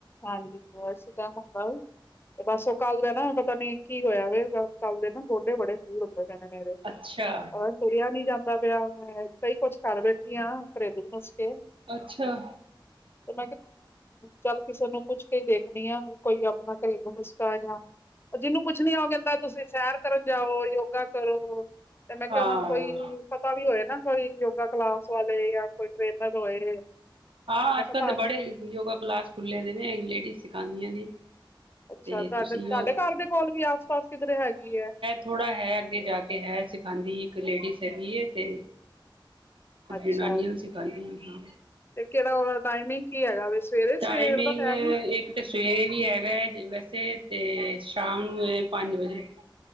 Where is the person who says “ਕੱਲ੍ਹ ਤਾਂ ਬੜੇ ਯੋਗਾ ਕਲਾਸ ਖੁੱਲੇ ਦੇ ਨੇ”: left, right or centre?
Right